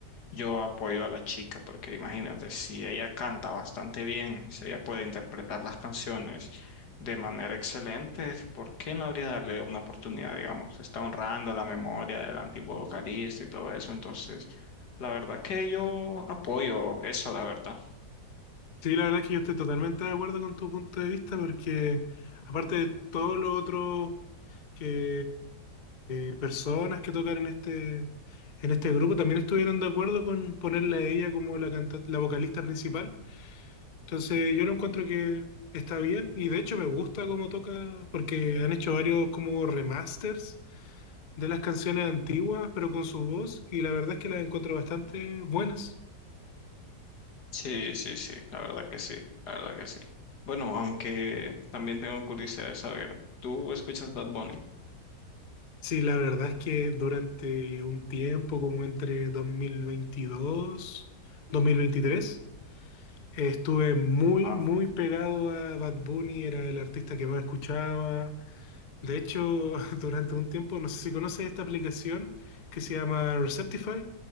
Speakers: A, on the left; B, on the left.
A: yo apoyo a la chica, porque imagínate, si ella canta bastante bien, si ella puede interpretar las canciones de manera excelente, ¿por qué no habría darle una oportunidad, digamos? Está honrando la memoria del antiguo vocalista y todo eso, entonces, la verdad que yo apoyo eso, la verdad.
B: Sí, la verdad es que yo estoy totalmente de acuerdo con tu punto de vista porque aparte de todo lo otro que eh, personas que tocaron en este en este grupo también estuvieron de acuerdo con ponerla a ella como la canta- la vocalista principal. Entonces yo lo encuentro que está bien y de hecho me gusta cómo toca porque han hecho varios como remasters de las canciones antiguas pero con su voz y la verdad es que las encuentro bastante buenas.
A: Sí, sí, sí, la verdad que sí, la verdad que sí. Bueno, aunque también tengo curiosidad de saber, ¿tú escuchas Bad Bunny?
B: Sí, la verdad es que durante un tiempo, como entre 2022, 2023, eh, estuve muy,
A: Ah.
B: muy pegado a Bad Bunny, era el artista que más escuchaba. De hecho, <laughs> durante un tiempo, no sé si conoces esta aplicación que se llama Receptify,